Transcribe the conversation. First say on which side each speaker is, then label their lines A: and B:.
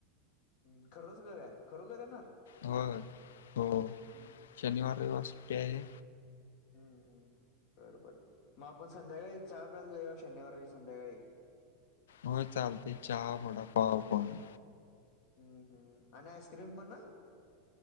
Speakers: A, on the left; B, on the left.
A: हम्म, खरच का -काय खरोखर येणार?
B: होय हो
A: हम्म
B: शनिवार रविवार सुट्टी हाय.
A: हम्म हम् हम्, बर बर म आपण संध्याकाळी चहा प्याला जाऊया शनिवारी संध्याकाळी.
B: होय चालतय चहा वडा पाव पण.
A: हम्म हम्म, आणि आइस क्रीम पण अ.